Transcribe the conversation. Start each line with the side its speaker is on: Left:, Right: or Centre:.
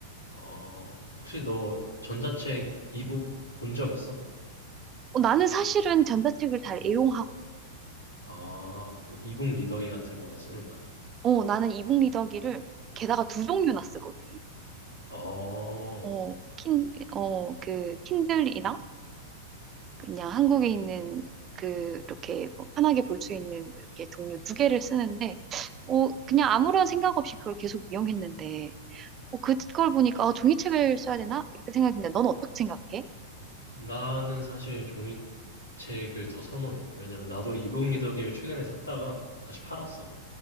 Left: 어, 혹시 너 전자책 이북 본 적 있어?
Right: 어, 나는 사실은 전자책을 잘
Left: 어.
Right: 애용하고,
Left: 아, 뭐 이북 리더기 같은 거 쓰는 거야?
Right: 어, 나는 이북 리더기를 게다가 두 종류나 쓰거든.
Left: 어,
Right: 어, 킨, 어, 그, 킨들이나 그냥 한국에 있는 그 이렇게 뭐 편하게 볼 수 있는 이렇게 동료 두 개를 쓰는데 어 그냥 아무런 생각 없이 그걸 계속 이용했는데 어 그걸 보니까 어 종이책을 써야 되나 이렇게 생각했는데 넌 어떻게 생각해?
Left: 나는 사실 종이책을 더 선호해. 왜냐면 나도 이북 리더기를 최근에 샀다가 다시 팔았어.